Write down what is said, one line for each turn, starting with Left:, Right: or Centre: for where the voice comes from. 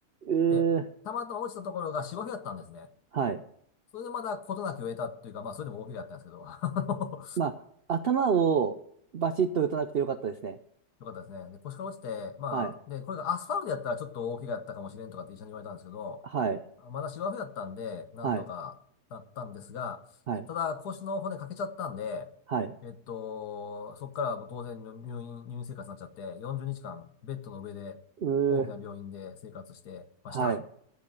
Right: うー、
Left: で、たまたま落ちたところが芝生だったんですね。
Right: はい。
Left: それでまだ事なきを得たっていうか、まあ、それでも大怪我だったんですけど、<laughs>
Right: まあ、頭をバチッと打たなくてよかったですね。
Left: よかったですね。で、腰から落ちて、まあ、
Right: はい。
Left: で、これがアスファルトやったらちょっと大怪我だったかもしれんとかって医者に言われたんですけど、
Right: はい。
Left: まだ芝生やったんで、なんとかなったんですが、
Right: はい。はい。
Left: ただ腰の骨欠けちゃったんで、
Right: はい。
Left: えっと、そこからはもう当然入院、入院生活になっちゃって、40日間ベッドの上で大きな病院で生活してました。
Right: うー、はい。